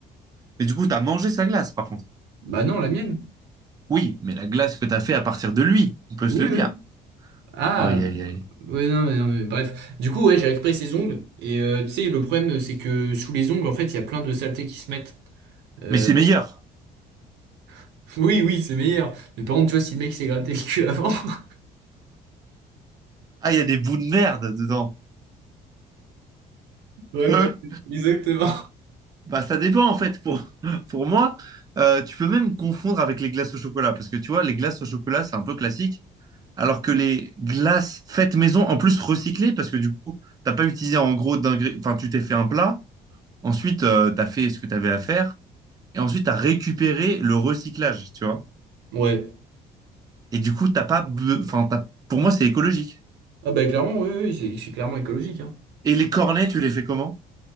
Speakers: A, on the right; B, on the right.
A: Mais du coup, t'as mangé sa glace, par contre.
B: Bah non, la mienne.
A: Oui, mais la glace que t'as fait à partir de lui, on peut
B: Oui,
A: se le dire.
B: oui. Ah,
A: Aïe, aïe, aïe.
B: ouais, non, mais, non, mais bref. Du coup, ouais, j'ai récupéré ses ongles. Et euh, tu sais, le problème, c'est que sous les ongles, en fait, il y a plein de saletés qui se mettent. Euh,
A: Mais c'est meilleur.
B: <laughs> oui, oui, c'est meilleur. Mais par contre, tu vois, si le mec s'est gratté le cul avant. <laughs>
A: Ah, il y a des bouts de merde dedans.
B: Ouais,
A: Hein
B: ouais, exactement.
A: Bah, ça dépend, en fait. Pour, <laughs> pour moi, Euh, tu peux même confondre avec les glaces au chocolat parce que tu vois, les glaces au chocolat, c'est un peu classique. alors que les glaces faites maison, en plus recyclées, parce que du coup, t'as pas utilisé en gros d'ingré- enfin, tu t'es fait un plat, ensuite, euh, t'as fait ce que t'avais à faire, et ensuite, t'as récupéré le recyclage, tu vois.
B: Ouais.
A: Et du coup, t'as pas, be- enfin, t'as- pour moi, c'est écologique.
B: Ah, bah, clairement, oui, oui, c'est c'est clairement écologique. Hein.
A: Et les cornets, tu les fais comment?